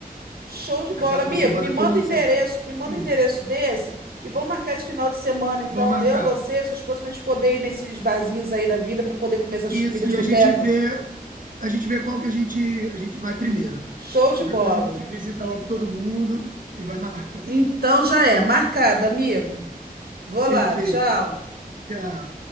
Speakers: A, on the right; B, on the right.
A: Show de bola,
B: aquela
A: amigo.
B: que você bota
A: Me manda
B: todos os
A: o endereço,
B: salgados.
A: me manda
B: Sim,
A: o endereço desse e vamos marcar esse final de semana, então.
B: vamos marcar.
A: Eu, você, sua esposa, pra gente poder ir nesses barzinhos aí da vida para poder comer essas
B: Isso,
A: comidas
B: e
A: de boteco.
B: a gente vê a gente vê qual que a gente, a gente vai primeiro.
A: Show de
B: Qualquer
A: bola.
B: coisa a gente visita logo todo mundo e vai marcando.
A: Então já é, marcado, amigo. Vou
B: Perfeito.
A: lá, tchau.
B: Já.